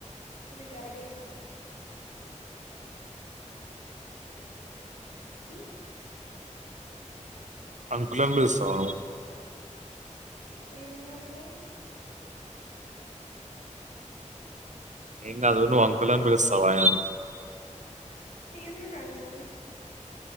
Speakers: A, on the left; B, on the right.
A: మీ డాడీ అంకుల్ ఉమ్
B: అంకుల్ అని పిలుస్తవ నువ్
A: ఏం అనాలి మరి
B: ఏం గాదు నువ్ అంకుల్ లని బిలుస్తవా ఆయనని
A: ఏమనాల్ మరి